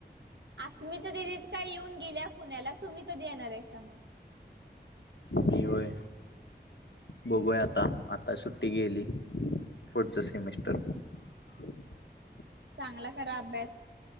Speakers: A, on the right (about 85°); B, on the left (about 80°).
A: सुमिता दिदी <unintelligible> काय येऊन गेल्या पुण्याला तुम्ही कधी येणार आहे सा?
B: मी होय बघूया आता, आता सुट्टी गेली फुडचं सेमिस्टर. <unintelligible>
A: चांगला करा अभ्यास.